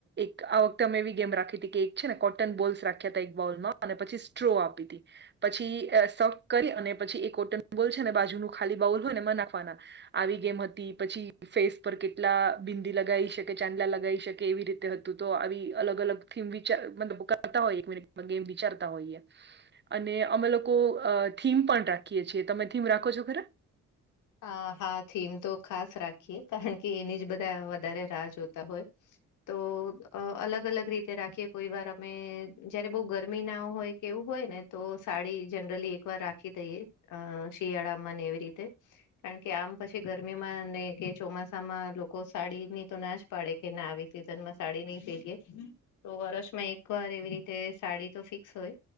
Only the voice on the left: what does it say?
હ હા થીમ તો ખાસ રાખીએ કારણ કે એની જ બધા વધારે રાહ જોતા હોય. તો અલગ અલગ રીતે રાખીએ કોઈ વાર અમે જયારે બઉ ગરમી ના હોય. કેવું હોય ને તો સાડી જનરલી એક વાર રાખી દઈએ અ શિયાળામાંને એવી રીતે કારણ કે આમ પછી ગરમીમાં કે ચોમાસામાં લોકો સાડી ની તો ના જ પાડે કે ના આવી સીઝન માં સાડી નહી પેરીએ તો વર્ષમાં એક વાર એવી રીતે સાડી તો ફિક્સ હોય.